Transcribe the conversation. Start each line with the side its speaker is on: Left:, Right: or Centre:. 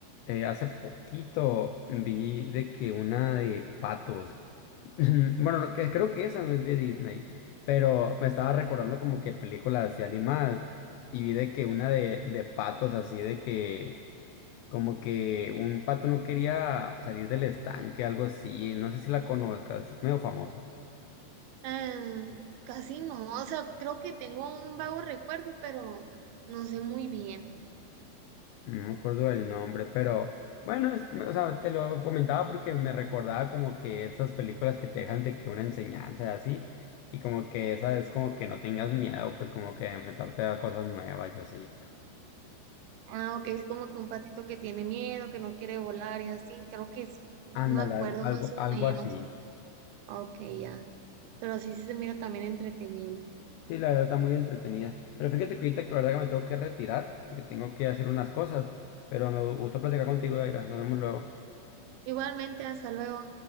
Left: Eh, hace poquito vi de que una de patos. <laughs> Bueno, no, que, creo que esa no es de Disney, pero me estaba recordando como que películas así animadas y vi de que una de, de patos así de que como que un pato no quería salir del estanque, algo así, no sé si la conozcas, medio famosa,
Right: Em, casi no, o sea, creo que tengo un vago recuerdo, pero no sé muy bien.
Left: no me acuerdo del nombre, pero bueno, es- o sea, te lo comentaba porque me recordaba como que esas películas que te dejan de que una enseñanza y así, y como que esa es como que no tengas miedo, pues como que enfrentarte a cosas nuevas y así.
Right: Ah, ok, es como que un patito que tiene miedo, que no quiere volar y así, creo que sí, me
Left: Ándale,
Right: acuerdo
Left: algo, algo,
Right: más
Left: algo
Right: o menos.
Left: así.
Right: Ok, ya, pero sí, sí se mira también entretenible.
Left: Sí, la verdad está muy entretenida. Pero fíjate que ahorita que la verdad que me tengo que retirar, porque tengo que hacer unas cosas. Pero me gustó platicar contigo, Daira. Nos vemos luego.
Right: Igualmente, hasta luego.